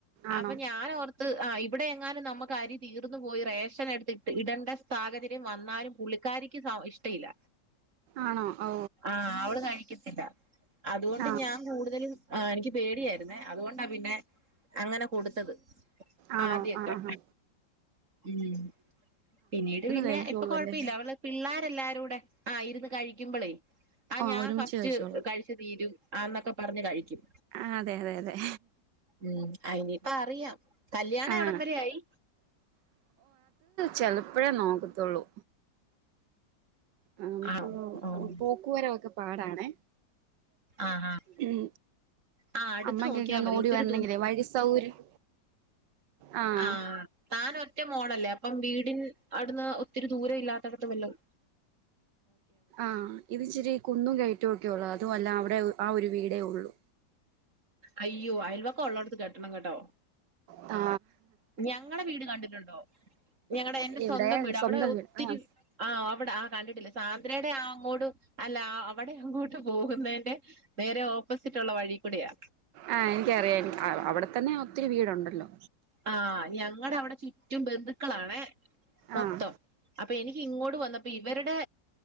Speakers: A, on the right; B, on the right.
A: ആണോ
B: അപ്പൊ ഞാന് ഓർ ത്ത് ആ ഇവിടെ എങ്ങാനും നമ്മക്ക് അരി തീർന്നു പോയി റേഷൻ എടുത്തിട്ട് ഇടേണ്ട സാഹചര്യം വന്നാലും പുള്ളിക്കാരിക്ക് സ ഇഷ്ടയില്ല
A: ആണോ ഓ
B: ആഹ് അവള് കഴിക്കത്തില്ല അതുകൊണ്ട്
A: ആഹ്
B: ഞാൻ കൂടുതലും ആ എനിക്ക് പേടിയായിരുന്നേ അതുകൊണ്ടാ പിന്നെ അങ്ങനെ കൊടുത്തത്
A: ആണോ
B: ആദ്യൊക്കെ
A: ആ ആ ആ
B: ഉം പിന്നീട് പിന്നെ
A: കഴിച്ചോളൂ
B: ഇപ്പൊ കൊഴ
A: അല്ലേ
B: ഇപ്പില്ലേ അവള് പിള്ളേ എല്ലാരൂടെ ആ ഇരുന്ന് കഴിക്കുമ്പളേ ആ
A: ആഹ്
B: ഞാൻ
A: ഒരുമിച്ച്
B: ഫസ്റ്റ്
A: കഴിച്ചോളാം
B: കഴിച് തീരും ആ എന്നൊക്കെ പറഞ്ഞു കഴിക്കും
A: ആഹ് അതെ അതെ അതെ
B: ഉം അയിനിപ്പ അറിയാം കല്യാണം
A: ആഹ്
B: എവിടം വരെ ആയി?
A: ചെലപ്പോഴേ നോക്കത്തുള്ളൂ. ആ നമുക്ക്
B: ആണോ ആഹ്
A: പോക്കുവര ഒക്കെ പാടാണെ
B: ആഹ് ആഹ്
A: ഉം
B: ആഹ് അടുത്ത്
A: അമ്മക്കൊക്കെ
B: നോക്കിയാ
A: ഒന്ന്
B: മതി
A: ഓടി
B: ഒത്തിരി
A: വരണെങ്കിലേ വഴി സൗകര്യം ആഹ്
B: ആ താൻ ഒറ്റ മോളല്ലേ അപ്പം വീടിൻ ന്ന് ഒത്തിരി ദൂരം ഇല്ലാത്തടത്ത് വല്ലവും
A: ആ ഇത്ച്ചിരി കുന്നും ക ചറ്റുമ ഒക്കെ ഉള്ളൂ അതും അല്ല അവിടെ ആ ഒരു വീടേ ഉള്ളൂ.
B: അയ്യോ അയൽവക്കെ ഉള്ളോടുത്ത് കെ ട്ടണം കേട്ടോ
A: ആ
B: ഞങ്ങടെ വീട് കണ്ടിട്ടുണ്ടോ ഞങ്ങടെ എന്റെ
A: ഇവിടെ
B: സ്വന്തം വീട്
A: സ്വന്തം
B: അവിടെ ഒത്തിരി
A: വീട് ആഹ്
B: ആ അവിടെ ആ കണ്ടിട്ടില്ല സാന്ദ്രയുടെ ആ അങ്ങോട്ട് അല്ല അവിടെ അങ്ങോട്ട് പോകുന്നതിന്റെ നേരെ ഓപ്പോസിറ്റ് ഉള്ള വഴി കൂടെയാ
A: ആ എനിക്കറിയ അവിടെത്തന്നെ ഒത്തിരി വീടുണ്ടല്ലോ
B: ആ ഞങ്ങളുടെ അവിടെ ചുറ്റും ബന്ധുക്കളാണേ മൊത്തം
A: ആഹ്
B: അപ്പൊ എനിക്ക് ഇങ്ങോട്ട് വന്നപ്പോ ഇവരുടെ